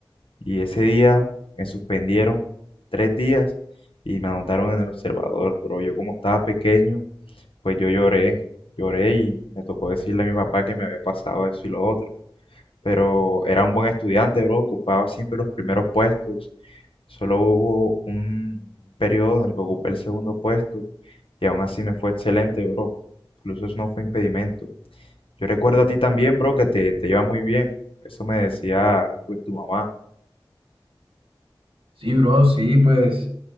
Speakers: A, on the left; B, on the right.
A: y ese día me suspendieron tres días y me anotaron en el observador, bro. Yo como estaba pequeño, pues yo lloré, lloré y me tocó decirle a mi papá que me había pasado eso y lo otro pero era un buen estudiante, bro, ocupaba siempre los primeros puestos. Solo hubo un periodo en el que ocupé el segundo puesto y aún así me fue excelente, bro. Incluso eso no fue impedimento. Yo recuerdo a ti también, bro, que te, te iba muy bien. Eso me decía, pues, tu mamá.
B: Sí, bro, sí, pues